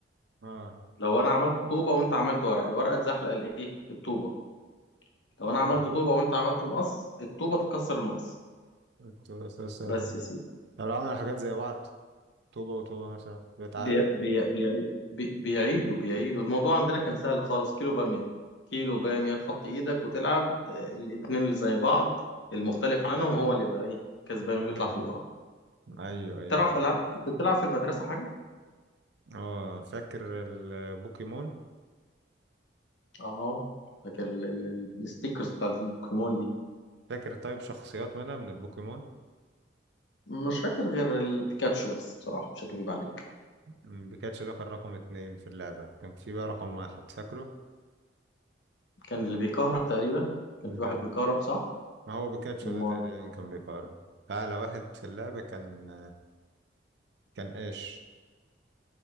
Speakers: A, on the right; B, on the left.
A: اه
B: لو انا عملت طوبه وانت عملت ورق الورقه اتزحلق الايه الطوبه لو
A: اه
B: انا عملت طوبه وانت عملت مقص الطوبه تكسر المقص
A: كنت بس- بس-
B: بس يا سيدي
A: لو عملوا حاجات زي بعض طوبة وطوبة مثلا يبقى تعادل
B: بي بي بي بي بيعيدوا بيعيدوا الموضوع عندنا كان سهل خالص كيلو باميه كيلو باميه تحط ايدك وتلعب آه، الاتنين اللي زي بعض المختلف عنهم هو اللي يبقى ايه كسبان
A: امم
B: ويطلع في القرعه
A: ايوه ايوه
B: تعرف العاب كنت بتلعب في المدرسه حاجه
A: اه فاكر البوكيمون
B: اه فاكر ال- ال- ال- الستيكرز بتاع البوكيمون دي
A: فاكر طيب شخصيات منها من البوكيمون
B: مش فاكر غير البيكاتشو بس بصراحه مش هكذب عليك
A: مم، بيكاتشو ده كان رقم اتنين في اللعبة كان في بقى رقم واحد فاكره
B: كان اللي بيكهرب تقريبا كان
A: لا
B: في واحد بيكهرب صح
A: ما هو بيكاتشو
B: امال
A: ده تقريبا كان بيقارب أعلى واحد في اللعبة كان كان ايش